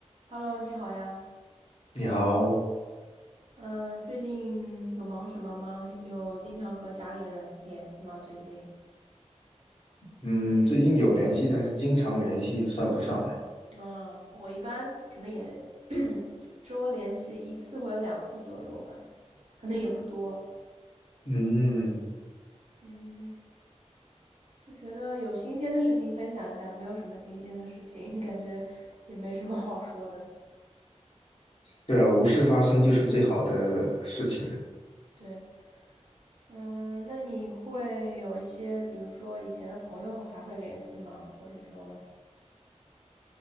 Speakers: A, on the right; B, on the left.
A: Hello，你好呀。
B: 你好，
A: 嗯，最近有忙什么吗？有经常和家里人联系吗？最近？
B: 嗯，最近有联系，但是经常联系算不上。
A: 嗯，我一般可能也 <clears throat> 就一周联系一次或者两次左右吧，可能也不多。
B: 嗯，
A: 嗯，就觉得有新鲜的事情分享一下，没有什么新鲜的事情，<laughs> 感觉也没什么好说的。
B: 对啊，无事发生就是最好的事情，
A: 对，嗯，那你会有一些，比如说以前的朋友还会联系吗？或者说